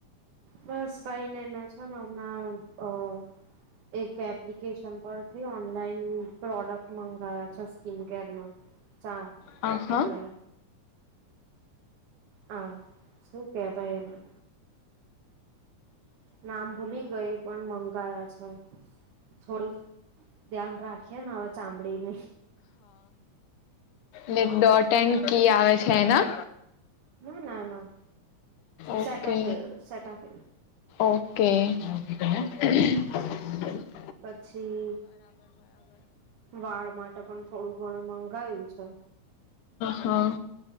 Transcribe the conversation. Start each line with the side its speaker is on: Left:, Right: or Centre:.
Right: બસ કઈ નહી મે છે ને હમણાં અહ એક એપ્લિકેશન પરથી ઓનલાઈન પ્રોડક્ટ મગાવયા છે સ્કીન કેરના. ચા,
Left: હા
Right: આપડે હા, શું કે ભાઈ એમા, નામ ભૂલી ગઈ પણ મ ગયા છે. થોડું ધ્યાન રાખીએ ને હવે ચામડીને
Left: ને ડોટ એન કી આવે છે એના
Right: ના, ના, ના
Left: ઓકે,
Right: સેટાફિલ સેટાફિલ
Left: ઓકે હ <unintelligible>
Right: પછી વાળ માટે પણ થોડું ઘણું મંગાયું છે.
Left: હા,